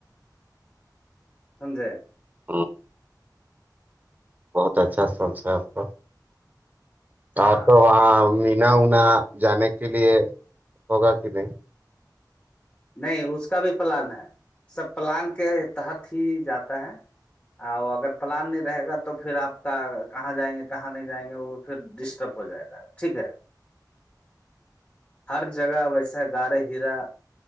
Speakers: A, on the left; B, on the right.
A: سمجے
B: ہوں۔ بہت اچھا سبس ہے آپ کا
A: ہاں
B: آپ تو وہاں مینا ونا جانے کے لیے ہوگا کہ نہیں
A: نہیں اس کا بھی پلان ہے سب پلان کے تحت ہی جاتا ہے وہ اگر پلان نہیں رہے گا تو پھر آپ کا کہاں جائیں گے کہاں نہیں جائیں گے وہ پھر ڈسٹرب ہو جائے گا ٹھیک ہے ہر جگہ ویسے گارے ہیرا